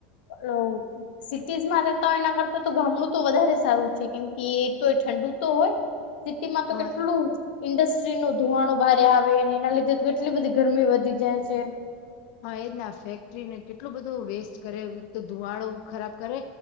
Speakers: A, on the left; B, on the left.
A: <unintelligible> સિટીઝમાં રેતા હોય એના કરતા તો ગામડું તો વધારે સારું છે કેમ કે એ તો ઠંડુ તો હોય સિટીમાં તો
B: હા
A: કેટલું ઇન્ડસ્ટ્રી નું ધુમાડો બારે આવે એના લીધે તો કેટલી બધી ગરમી વધી જાય છે.
B: હા એજને ફેક્ટરીને કેટલું બધું વેસ્ટ કરે એક તો ધુવાડો ખરાબ કરે.